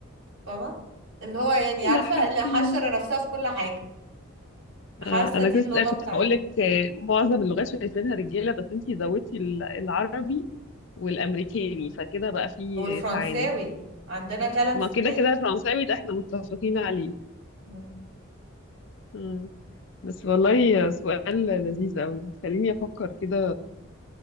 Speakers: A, on the right; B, on the left.
A: فاهمة اللي هو يعني عارفة
B: ضحكتيني
A: اللي حشر نفسها في كل حاجة حاسة
B: آه، انا
A: دي
B: كنت
A: اللغة
B: كنت
A: بتاعتنا
B: هقول لك آه، معظم اللغات شايفينها رجاله بس انتي زودتي ال- العربي والامريكاني فكده بقى في
A: والفرنساوي
B: تعادل
A: عندنا ثلاث
B: ما
A: ستات
B: كده كده الفرنساوي ده احنا متفقين عليه
A: مم.
B: مم. بس والله سؤال لذيذ قوي هتخليني افكر كده